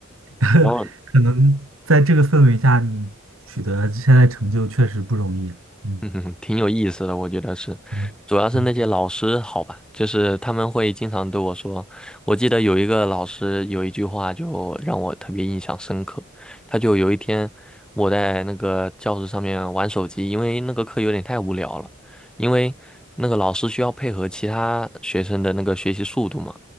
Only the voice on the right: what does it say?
<laughs>
可能在这个氛围下，你取得现在成就确实不容易。嗯，
对对。